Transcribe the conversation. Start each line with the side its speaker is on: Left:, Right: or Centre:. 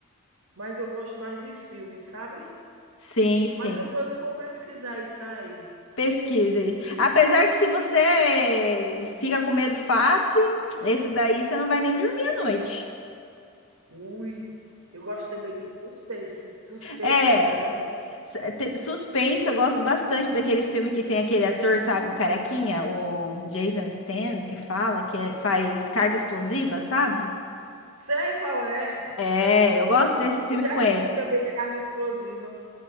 Right: mas eu gosto mais de filme, sabe?
Left: Sim, sim.
Right: Mas depois eu vou pesquisar isso aí.
Left: Pesquise.
Right: Ei,
Left: Apesar que se você fica com medo fácil, esse daí você não vai nem dormir à noite.
Right: ui, eu gosto também de suspense, suspense
Left: É,
Right: e drama.
Left: S- te- Suspense, eu gosto bastante daqueles filmes que tem aquele ator, sabe, o carequinha, o Jason Statham, que fala, que é- faz carga explosiva,
Right: Sim.
Left: sabe?
Right: Sei qual é.
Left: É, eu gosto desses filmes
Right: Eu já
Left: com
Right: assisti
Left: ele.
Right: também Carga Explosiva.